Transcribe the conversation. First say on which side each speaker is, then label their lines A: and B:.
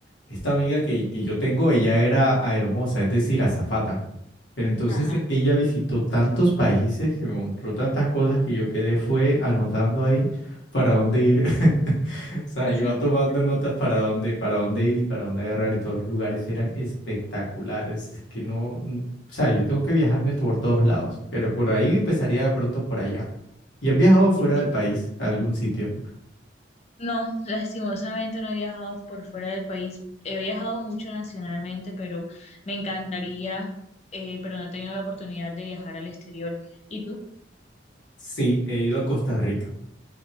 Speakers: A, on the left; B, on the left.
A: esta amiga que, que yo tengo, ella era aeromoza, es decir, azafata. Pero entonces
B: Ajá.
A: ella visitó tantos países que me mostró tantas cosas que yo quedé fue anotando ahí para dónde ir. <laughs> O sea,
B: <laughs>
A: iba tomando notas para dónde, para dónde ir y para dónde agarrar y todos los lugares eran espectaculares. Es que no, n- o sea, yo tengo que viajarme por todos lados, pero por ahí empezaría de pronto por allá. ¿Y has viajado fuera
B: Ok.
A: del país a algún sitio?
B: No, lastimosamente no he viajado por fuera del país. He viajado mucho nacionalmente, pero me encantaría, eh, pero no he tenido la oportunidad de viajar al exterior. ¿Y tú?
A: Sí, he ido a Costa Rica